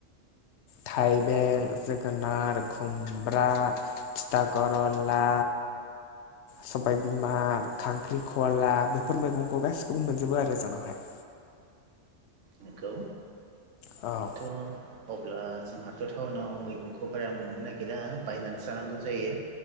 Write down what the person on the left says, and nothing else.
थाइबें जोगोनार खुमब्रा थिथा कर'ला सबायबिमा खांख्रिखला बेफोर मैगंखौ गासिखौबो मोनजोबो आरो जोंनावहाय
औ